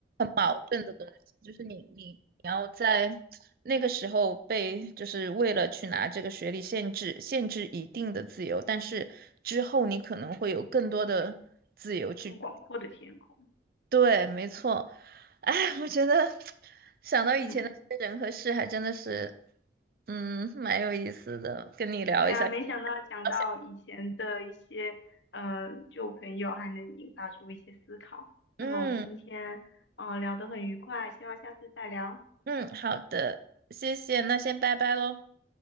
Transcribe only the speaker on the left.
更广阔的天空。
嗯，
对啊，没想到讲到以前的一些呃旧朋友，
还能引发出一些思考。那么我们今天呃聊得很愉快，
希望下次再聊。